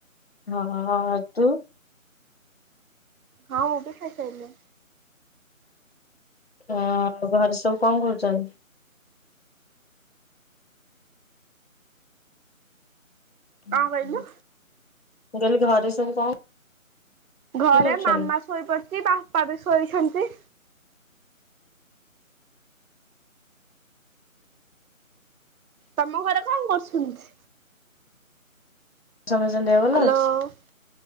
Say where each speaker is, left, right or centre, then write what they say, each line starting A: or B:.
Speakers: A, on the left; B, on the right.
A: ହଁ ତୁ?
B: ହଁ ମୁଁ ବି ଖାଇସାଇଲିଣି।
A: ହଁ ଆଉ ଘରେ ସବୁ କଣ କରୁଛନ୍ତି? ମୁ
B: କଣ କହିଲୁ?
A: କହିଲି ଘରେ ସବୁ କଣ
B: ଘରେ
A: କରୁଛନ୍ତି
B: ମାମା ଶୋଇପଡିଛି, ବାପା ବି ଶୋଇଛନ୍ତି। ତମ ଘରେ କଣ କରୁଛନ୍ତି?
A: ସମସ୍ତଙ୍କ ଦେହ ଭଲ
B: ହ୍ୟାଲୋ।
A: ଅଛି?